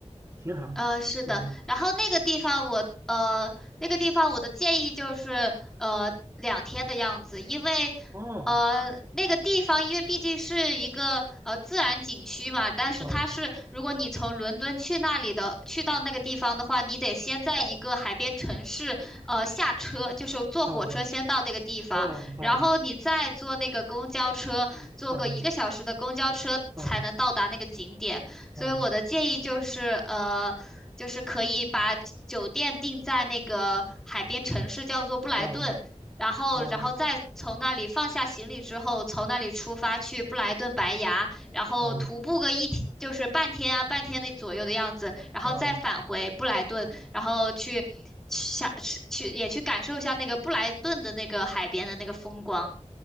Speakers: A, on the right; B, in the centre.
A: 挺好。
B: 呃，是的，
A: 嗯，
B: 然后那个地方我呃，那个地方我的建议就是呃两天的样子，因为
A: 哦，
B: 呃那个地方因为毕竟是一个呃自然景区嘛，但是它是如果你从伦敦去那里的去到那个地方的话，
A: 哦，
B: 你得先在一个海边城市呃下车，就是坐火车先到那个地方，
A: 哦，哦，
B: 然后你再坐那个公交车，坐个一个小时的公交车才能到达那个景点。
A: 哦，哦，
B: 所以我的建议就是，
A: 哦，
B: 呃，就是可以把酒酒店定在那个海边城市，叫做布莱顿，
A: 哦，哦，
B: 然后，
A: 哦，哦，
B: 然后再从那里放下行李之后，从那里出发去布莱顿白崖，然后徒步个一天，
A: 哦，哦，
B: 就是半天啊，半天的左右的样子，然后再返回布莱顿，
A: 哦
B: 然后去下去也去感受一下那个布莱顿的那个海边的那个风光。